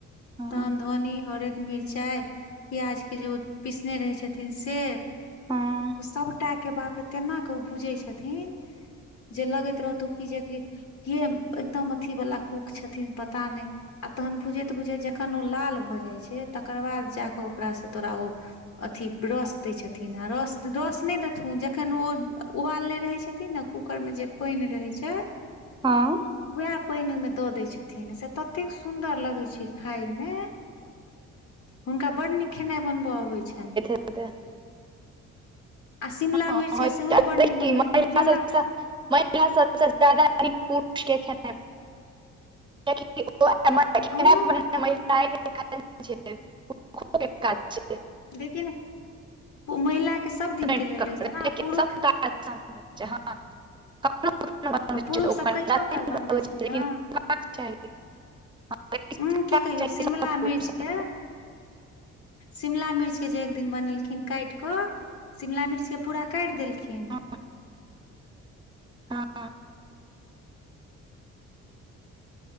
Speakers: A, on the right; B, on the left.
A: हँ
B: तहन धनी हरद मिर्च। चाय प्याज के जे ओ पिसने रहै छथिन से
A: हँ
B: ओ सबटा। के बाप रे तेना क ओ भुजै छथिन जे लगैत रहतौ की जेकी। एकदम अथी वाला कुक छथिन पता नहि। आ तहन भुजैत भुजैत जखन ओ लाल भ जाइ छै तकर बाद जा क ओकरास तोरा ओ। अथी रस दै छथिन आ रस रस नहि देथिन। ऊ जखन ओ उबालने रहै छथिन ने कूकर मे जे पाइन रहै छै।
A: हं।
B: उहे पाइन ओहिमे द दय छथिन से ततेक सुन्दर लगै छै खाय मे। हुनका बड नीक खेनाइ बनब आबै छैन।
A: अ त। <unintelligible>
B: आ शिमला
A: <unintelligible>
B: मिर्च के सेहो बड नीक बनबै छथिन शिमला
A: महिला सब स ज्यादा साद पुष के खै छै। <unintelligible>
B: उं
A: कोन काज छै।
B: लेकिन महिला के सब दिन के
A: क
B: लेल रहे छै ने
A: ब
B: पुरुष
A: हँ। <unintelligible> कखनो कखनो बनबै
B: आ पुरुष
A: छै तऽ ओ
B: सब
A: कनि
B: कहियो
A: ज्यादा
B: काल
A: नीक
B: बनबै
A: लगै
B: छै
A: लेकिन
B: ने।
A: सिखबाक चाही हँ लेकिन
B: उ
A: सिखबाक
B: की कहियौ
A: चाही
B: शिमला
A: सब पुरुष
B: मिर्च
A: सबके
B: के। शिमला मिर्चके जे एक दिन बनेलखिन कायट क शिमला मिर्चके। पूरा कायट देलखिन।
A: हँ- हँ।